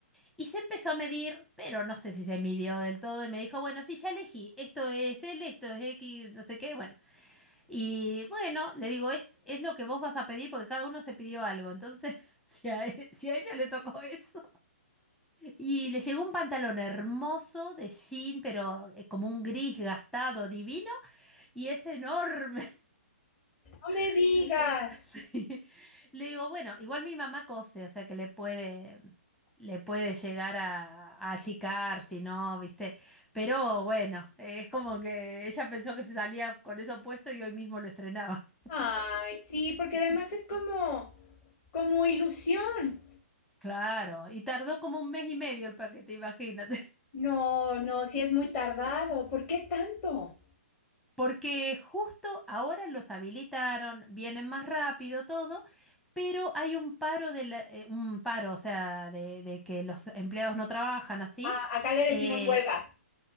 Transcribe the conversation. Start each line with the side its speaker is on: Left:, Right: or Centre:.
Centre: y se empezó a medir, pero no sé si se midió del todo y me dijo, bueno, sí, ya elegí, esto es L, esto es X, no sé qué, bueno. Y bueno, le digo, es, es lo que vos vas a pedir porque cada uno se pidió algo, entonces <laughs> si a, e- si a ella le tocó eso. Y le llegó un pantalón hermoso de jean, pero eh, como un gris gastado, divino, y es enorme.
Left: no me
Centre: <laughs>
Left: digas.
Centre: Sí. Le digo, bueno, igual mi mamá cose, o sea que le puede, le puede llegar a, a achicar, si no, viste. Pero bueno, eh, es como que ella pensó que se salía con eso puesto y hoy mismo lo estrenaba. <laughs>
Left: Ay, sí, porque además es como, como ilusión.
Centre: Claro, y tardó como un mes y medio el paquete, imagínate.
Left: No, no, sí es muy tardado. ¿Por qué tanto?
Centre: Porque justo ahora los habilitaron, vienen más rápido todo, pero hay un paro de la- eh, un paro, o sea, de, de que los empleados no trabajan así.
Left: Ah, acá le decimos
Centre: Eh,
Left: huelga.